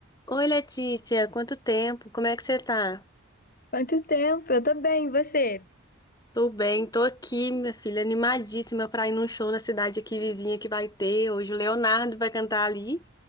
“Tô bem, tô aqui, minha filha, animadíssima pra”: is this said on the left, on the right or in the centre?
Left